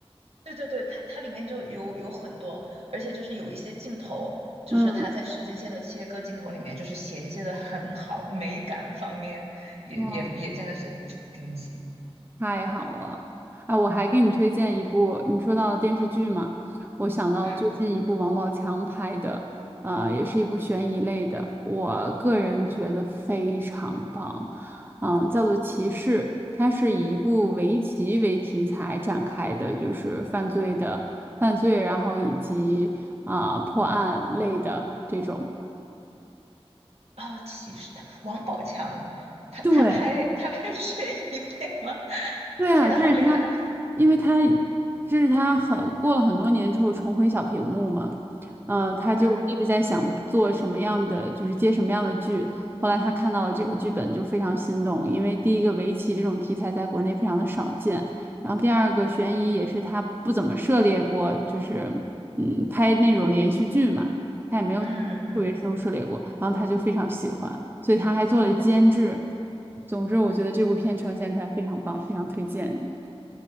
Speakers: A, on the right; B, on the right.
A: 对对对，它它里面就有有很多，而且就是有一些镜头，就是它在时间线的切割镜头里面，
B: 嗯，
A: 就是衔接的很好，美感方面也也也真的是
B: 哦。
A: <tsk> 顶级。
B: 太好了！啊，我还给你推荐一部，你说到了电视剧嘛，我想到最近一部王宝强拍的，
A: 嗯。
B: 啊，也是一部悬疑类的，我个人觉得非常棒，嗯、叫做《骑士》，它是以一部围棋为题材展开的，就是犯罪的犯罪，然后以及啊、破案类的这种。
A: 哦，其实他王宝强，他他拍他拍
B: 对，
A: <laughs> 悬疑片吗？<laughs>
B: 对啊，
A: 他现在好厉害啊！
B: 这是他，因为他这是他很过了很多年之后重回小屏幕嘛，嗯、他就一直在想做什么样的，
A: 嗯
B: 就是接什么样的剧。后来他看到了这个剧本，就非常心动，因为第一个围棋这种题材在国内非常的少见，然后第二个悬疑也是他不怎么涉猎过，就是嗯拍那种连续剧嘛。他也没有特别深入涉猎过，
A: 嗯嗯，
B: 然后他就非常喜欢，所以他还做了监制。总之，我觉得这部片呈现出来非常棒，非常推荐你，